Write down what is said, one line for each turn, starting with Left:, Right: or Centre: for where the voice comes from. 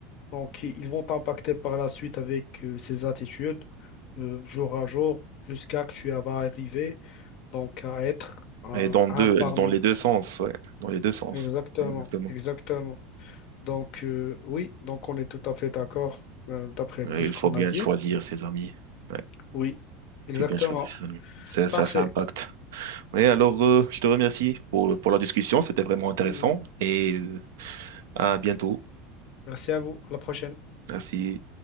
Left: donc, i- ils vont t'impacter par la suite avec euh, ces attitudes, euh, jour à jour, jusqu'à que tu vas arriver donc à être un,
Right: Et dans deux,
Left: un parmi.
Right: dans les deux sens, ouais, dans les deux sens,
Left: Exactement,
Right: exactement.
Left: exactement. Donc, euh, oui, donc on est tout à fait d'accord euh, d'après
Right: Ouais,
Left: tout ce
Right: il
Left: qu'on
Right: faut bien
Left: a dit.
Right: choisir ses amis. Ouais,
Left: Oui, exactement.
Right: il faut bien choisir ses amis. Ça, ça,
Left: Parfait.
Right: ça impacte. Oui, alors euh, je te remercie pour, pour la discussion, c'était vraiment intéressant
Left: Mhm.
Right: et euh, à bientôt.
Left: Merci à vous. À la prochaine.
Right: Merci.